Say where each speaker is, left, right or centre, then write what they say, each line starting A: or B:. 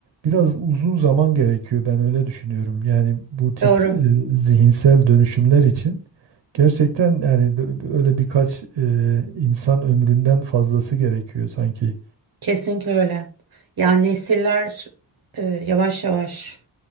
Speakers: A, on the right; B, on the right.
A: Biraz uzun zaman gerekiyor ben öyle düşünüyorum. Yani bu tip
B: Doğru.
A: e, zihinsel dönüşümler için gerçekten yani bö- bö- öyle birkaç e, insan ömründen fazlası gerekiyor sanki.
B: Kesinlikle öyle. Yani nesiller e, yavaş yavaş